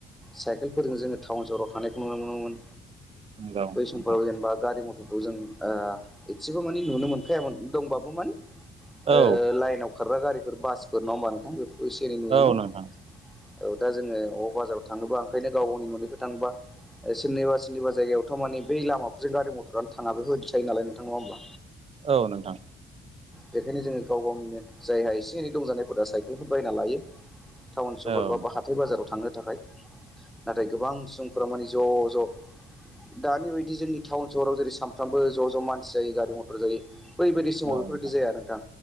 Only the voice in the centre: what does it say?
सायकेलफोरजों जोङो टाउन सहराव थांनायखौ नुनो मोनोमोन
बै
समफ्राव जेनेबा गारि मथर बेखौ जों ओ एसेबो मानै नुनो मोनखायामोन दंबाबो माने ओ
लायेनाव खारग्रा गारिफोर बासफोर नङा होनबा नोंथां <unintelligible> नुयोमोन
औ दा जोङो बाजाराव थाङोबा ओंखायनो गाव गावनि न'निखौ थोबा सोरनिबा सोरनि जायगायावथ' माने बै लामा जों गारि मथरानो थाङा बेफोरबायदि थायो नालाय नोंथां नङा होमब्ला।
बेखायनो जोङो गाव गावनिनो जायहा एसे एनै दंजानायफोरा साइकेलखौ बायना लायो। टाउन सहर
बा हाथाय बाजाराव थांनो थाखाय नाथाय गोबां सुबुंफोरा माने ज'-ज' दानि बायदि जोंनि टाउन सहराव जेरै सानफ्रामबो ज'-ज' मानसि जायो गारि मथर जायो ओरैबायदि समाव
बेफोरबायदि जाया नोंथां